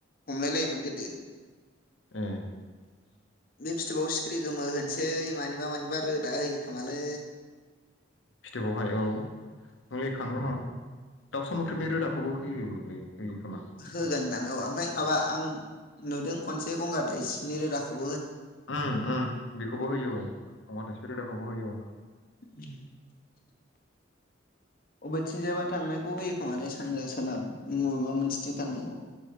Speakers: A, on the left; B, on the left.
A: हमलाय लायोमोन गोदो।
B: ओ। <inaudible>
A: बे फिथोबाव सिख्रि गोमो होनोसै मानिबा मानिबा रोदा होयो खोमालै।
B: फिथोबावहाय औ <unintelligible> खाङोहो दाउसा मोख्रेबनि रोदाखौबो होयोलै। होयो खोमा
A: होगोनदां औ ओमफाय माबा आं नुदों खनसे गंगार थाइसिनि रोदाखौ
B: उम उम बेखौबो होयो औ गंगार थाइसिब रोदाखौबो होयो औ
A: <unintelligible> अबेथिंजायबा थांनायखौ होयो खोमालै सानजा सोनाब मबेबा मोनसेथिं थांनायखौ।